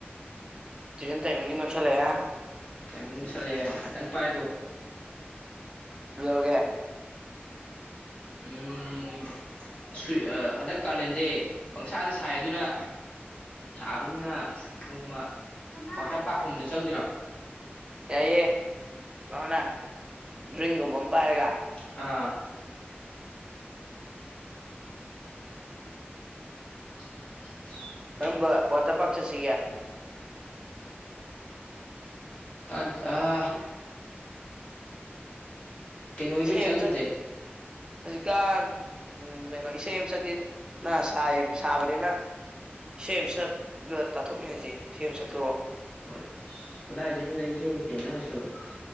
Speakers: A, on the right; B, on the left.
A: ꯇꯨꯏꯁꯟ ꯇꯥꯏꯃꯤꯡꯁꯨ ꯅꯛꯁꯤꯜꯂꯛꯑꯦ
B: ꯇꯥꯏꯃꯤꯡ ꯌꯧꯁꯜꯂꯛꯑꯦ ꯉꯥꯛꯇꯪ ꯄꯥꯏꯒꯣ
A: ꯀꯩꯗꯧꯔꯒꯦ
B: ꯎꯝ ꯁꯨꯏ ꯍꯟꯗꯛ ꯀꯥꯂꯦꯟꯁꯦ ꯄꯪꯁꯥꯗ ꯁꯥꯏ ꯑꯗꯨꯅ ꯁꯥꯥꯕꯅꯤꯅ ꯅꯣꯡꯃ ꯋꯥꯇꯔ ꯄꯥꯔꯛꯀꯨꯝꯕꯗ ꯆꯧꯖꯤꯔꯣ
A: ꯌꯥꯏꯌꯂ <unintelligible> ꯗ꯭ꯔꯤꯡꯒꯨꯝꯕ ꯑꯃ ꯄꯥꯏꯔꯒ
B: ꯑꯥ <inaudible>
A: ꯀꯔꯝꯕ ꯋꯥꯇꯔ ꯄꯥꯔꯛ ꯆꯠꯁꯤꯒꯦ
B: ꯀꯥꯟꯇꯥ ꯑꯥ ꯀꯩꯅꯣ ꯍꯣꯏꯗ
A: ꯏꯁꯩ
B: ꯑꯣꯏꯅ ꯆꯠꯂꯨꯔꯁꯦ
A: ꯑꯃ ꯍꯧꯖꯤꯛꯀꯥꯟ ꯎꯝ ꯀꯩꯅꯣ ꯏꯁꯩ ꯑꯃ ꯁꯛꯁꯤ ꯅ ꯁꯥꯏ ꯁꯥꯕꯅꯤꯅ ꯏꯁꯩ ꯑꯃ ꯁꯛꯑꯒ ꯇꯥꯊꯣꯛꯃꯤꯟꯅꯁꯤ ꯏꯁꯩ ꯑꯃ ꯁꯛꯇꯣꯔꯛꯑꯣ
B: ꯍꯣꯏ ꯑꯁ ꯀꯗꯥꯏꯗꯩꯅꯣꯗ ꯑꯩ ꯏꯁꯩ ꯍꯩꯇꯦ ꯅꯪ ꯑꯣꯏꯅ ꯁꯛꯂꯛꯑꯣ